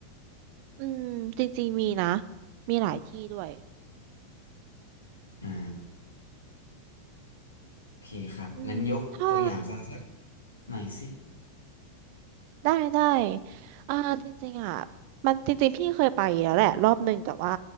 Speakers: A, on the right; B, on the left.
A: อืมจริงๆมีนะ มีหลายที่ด้วย
B: อ่าโอเคครับงั้นยกตัวอย่างซะสัก
A: อืมถ้า
B: หน่อยสิ
A: ได้ได้อ่าจริงๆอ่ะมันจริงๆพี่เคยไปแล้วแหละรอบหนึ่งแต่ว่า